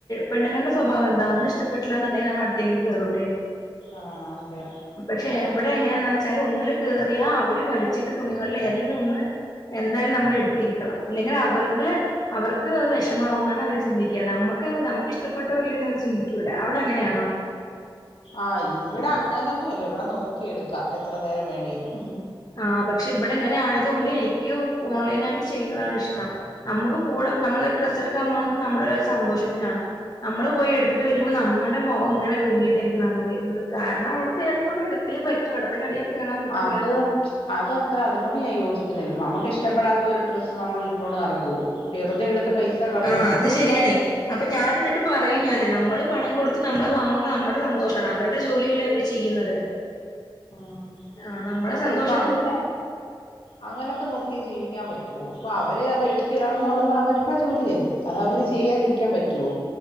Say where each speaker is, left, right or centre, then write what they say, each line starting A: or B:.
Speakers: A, on the left; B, on the left.
A: പെണ്ണങ്ങളുടെ സ്വഭാവ എന്താ ഒന്നും ഇഷ്ടട്ടില്ലാന്നുണ്ടെങ്കിൽ നമ്മള് അടുത്തലേക്ക് കേറൂലേ
B: ആഹ് അതെ
A: പക്ഷെ എവിടെ എങ്ങനെയാന്ന് വെച്ചാൽ ഒന്നില് കേറിയാ അവര് വലിച്ചിട്ട തുണികളിൽ ഏതെങ്കിലും ഒന്ന് എന്തായാലും നമ്മൾ എടുത്തിരിക്കണം ഇല്ലെങ്കിൽ അവർക്ക് അവർക്ക് അത് വിഷമാവുന്നാണ് അവര് ചിന്തിക്കുക നമുക്ക് നമുക്ക് ഇഷ്ടപ്പെട്ടോ ഇല്ലയോന്ന് അര് ചിന്തി ക്കൂല അവിടെ അങ്ങനെയാണോ
B: ആഹ് ഇവിടെ അങ്ങനൊന്നും ഇല്ല ഇവിടെ നോക്കി എടുക്കാം എത്ര നേരം വേണേലും
A: ആഹ് പക്ഷെ ഇവിടെ ഇങ്ങനെ ആയതുകൊണ്ട് എനിക്ക് ഓൺലൈനായിട്ട് ചെയ്യുന്നതാണ് ഇഷ്ടം നമുക്ക് കൂടെ നമ്മളൊരു ഡ്രസ് എടുക്കാൻ പോകണന്നത് നമ്മുടെ ഒരു സന്തോഷത്തിനാണ് നമ്മള് പോയി എടുത്തിട്ട് വരുമ്പോ നമ്മുടെ മുഖം ഇങ്ങനെ വീങ്ങിയിട്ടായിരിക്കും നമ്മള് വരുന്നത് കാരണം അവർക്ക് ഏതെങ്കിലും ഒന്ന് എടുത്തേ പറ്റൂ അടുത്ത കടയിൽ കയറാൻ പറ്റൂല
B: അത് അതത്ര അതിനോട് ഞാൻ യോജിക്കുന്നില്ല നമ്മക്ക് ഇഷ്ടപ്പെടാത്ത ഒരു ഡ്രസ്സ് നമ്മളിട്ടോണ്ട് നടക്കുവോ ധൃതി എടുത്ത് പൈസ കളയണ്ട
A: ആ അത്
B: നമ്മക്കത്
A: ശരിയാണേ അപ്പൊ ഞാൻ എന്നിട്ട് പറയും ഞാന് നമ്മള് പണം കൊടുത്ത് നമ്മള് വാങ്ങുമ്പോൾ നമ്മുടെ സന്തോഷവാണ് അവരുടെ ജോലിയല്ലേ അവര് ചെയ്യുന്നത്
B: ആഹ്
A: ആ നമ്മുടെ
B: അതെ
A: സന്തോഷത്തിന്
B: ഇപ്പൊ അങ്ങനെ അങ്ങനൊക്കെ നോക്കിയാ ജീവിക്കാൻ പറ്റുവോ അപ്പൊ അവര് അത് എടുത്തിടണം എന്നുള്ളത് അവരുടെ ജോലിയല്ലേ അത് അവര് ചെയ്യാതിരിക്കാൻ പറ്റുവോ